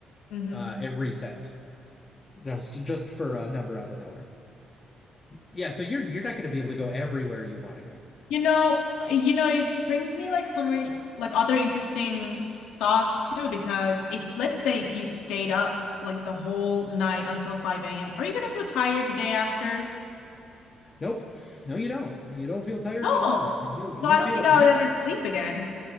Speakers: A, on the left; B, on the left.
A: hmm
B: Uh, it resets just just for a number out of nowhere. Yeah, so you're you're not going to be able to go everywhere you want to go.
A: You know, you know, it brings me like some re- like other interesting thoughts too, because if let's say if you stayed up like the whole night until 5 a.m., are you gonna feel tired the day after?
B: Nope, no, you don't. You don't feel tired
A: No.
B: at all. You you
A: So I
B: feel
A: don't think I
B: you
A: would ever sleep again.